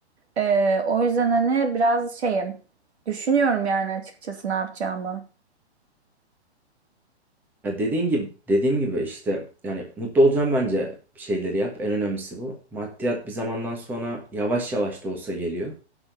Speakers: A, on the right (about 70°); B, in the centre.
A: E, o yüzden hani biraz şeyim düşünüyorum yani açıkçası ne yapacağımı.
B: Ya dediğin gibi dediğim gibi işte yani mutlu olacağım bence bir şeyleri yap. En önemlisi bu. Maddiyat bir zamandan sonra yavaş yavaş da olsa geliyor.